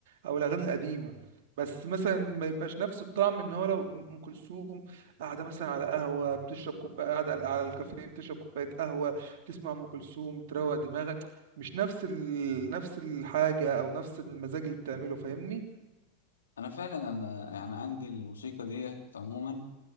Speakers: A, on the right; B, on the left.
A: او الاغاني القديمه بس مثلا ما يبقاش نفس الطعم ان هو لو ام كلثوم قاعده مثلا على قهوه بتشرب كوبايه قاعده على على الكافيه بتشرب كوبايه قهوه بتسمع ام كلثوم تروق دماغك مش نفس ال... نفس الحاجه او نفس المزاج اللي بتعمله فاهمني
B: انا فعلا انا يعني عندي الموسيقى ديت عموما